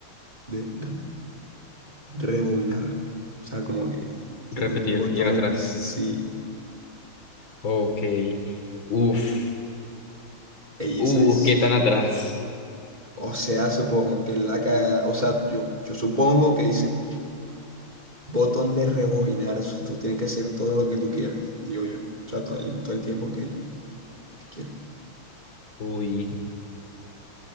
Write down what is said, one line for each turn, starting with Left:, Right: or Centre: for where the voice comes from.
Right: de re- rebobinar. O sea, como que tienes
Left: Repetir,
Right: un botón,
Left: ir atrás.
Right: sí.
Left: Ok. Uf.
Right: Ey,
Left: Uh,
Right: esa es.
Left: ¿qué tan atrás?
Right: O sea, supongo que la caga, o sea, yo, yo supongo que dice botón de rebobinar, eso tú tienes que hacer todo lo que tú quieras, digo yo, o sea, todo el, todo el tiempo que, que quieras.
Left: Uy.